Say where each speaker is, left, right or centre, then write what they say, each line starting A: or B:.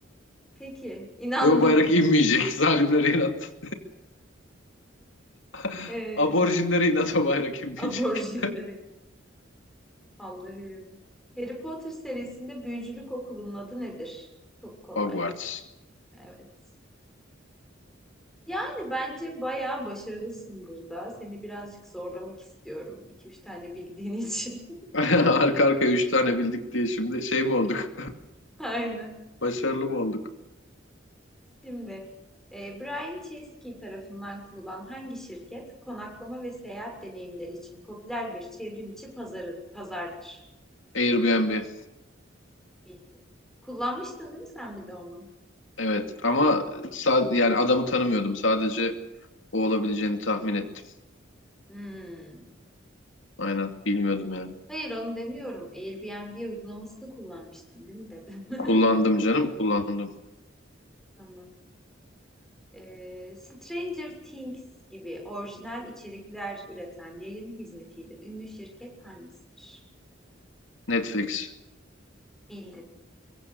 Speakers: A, in the centre; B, on the left.
A: Peki, inandım.
B: Ve o bayrak inmeyecek. Zalimlere inat. <laughs>
A: Ee,
B: Aborjinlere inat o bayrak inmeyecek.
A: aborjinlere. Allah'ım. Harry Potter serisinde büyücülük okulunun adı nedir? Çok kolay.
B: Hogwarts.
A: Evet. Yani bence bayağı başarılısın burada. Seni birazcık zorlamak istiyorum. iki üç tane bildiğin için.
B: <laughs> Arka arkaya üç tane bildik diye şimdi şey mi olduk?
A: <laughs> Aynen.
B: <laughs> Başarılı mı olduk?
A: Şimdi e, Brian Chesky tarafından kurulan hangi şirket konaklama ve seyahat deneyimleri için popüler bir çevrim içi pazarı, pazardır?
B: Airbnb.
A: Bildin. Kullanmıştın değil mi sen bir de onu?
B: Evet ama sad yani adamı tanımıyordum. Sadece o olabileceğini tahmin ettim.
A: Hmm.
B: Aynen bilmiyordum yani.
A: Hayır onu demiyorum. Airbnb uygulamasını kullanmıştın değil mi dedim. <laughs>
B: Kullandım canım kullandım.
A: Tamam. E, Stranger Things gibi orijinal içerikler üreten yayın hizmetiyle ünlü şirket hangisidir?
B: Netflix
A: Bildin.